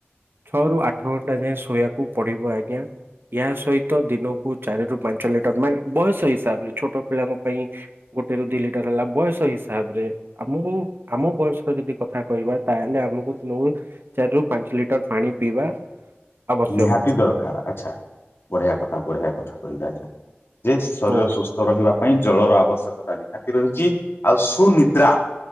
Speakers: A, on the right (about 55°); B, on the left (about 65°).
A: ଛଅ ରୁ ଆଠ ଘଣ୍ଟା ଯାଏ ଶୋଇବାକୁ ପଡିବ ଆଜ୍ଞା। ଏହା ସହିତ ଦିନକୁ ଚାରି ରୁ ପାଞ୍ଚ ଲିଟର ମାନେ ବୟସ ହିସାବରେ ଛୋଟ ପିଲାଙ୍କ ପାଇଁ। ଗୋଟେରୁ ଦି ଲିଟର ହେଲା ବୟସ ହିସା ତାପରେ ଆମକୁ ଆମ ବୟସର ଯଦି କଥା କହିବା ତାହେଲେ ଆମକୁ ଦିନକୁ ଚାରି ରୁ ପାଞ୍ଚ ଲିଟର ପାଣି ପିଇବା। ଆବଶ୍ୟକ
B: ନିହାତି ଦରକାର ଆଚ୍ଛା ବଢ଼ିଆ କଥା ବଢ଼ିଆ କଥା କହିଲେ ଆଜ୍ଞା। ଯେ ଶରୀର
A: ଓ
B: ସୁସ୍ଥ ରହିବା ପାଇଁ ଜଳର ଆବଶ୍ୟକତା ନିହାତି ରହିଛି ଆଉ ସୁନିଦ୍ରା